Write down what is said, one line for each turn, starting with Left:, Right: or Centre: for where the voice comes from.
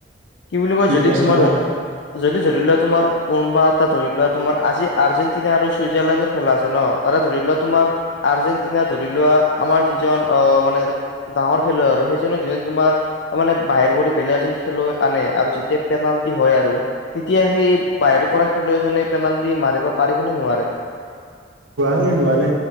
Left: কি বুলি কয়? যদি
Right: প্ৰশ্ন
Left: তোমাৰ
Right: বা
Left: যদি ধৰি লোৱা তোমাৰ কোনোবা এটা ধৰি লোৱা তোমাৰ আজি আৰ্জেণ্টিনা আৰু চুইজাৰলেণ্ডৰ খেলা আছে ন? তাৰে ধৰি লোৱা তোমাৰ আৰ্জেণ্টিনা ধৰি লোৱা আমাৰ যিজন আহ মানে ডাঙৰ খেলুৱৈ আৰু সেইজন যি জন তোমাৰ মানে বাহিৰ কৰি বেলেগ এজন খেলুৱৈ আনে আৰু যেতিয়া পেনাল্টি হয় আৰু তেতিয়া সেই বাহিৰ কৰা খেলুৱৈজনে পেনাল্টি মাৰিব পাৰিব নে নোৱাৰে?
Right: হেই নোৱাৰে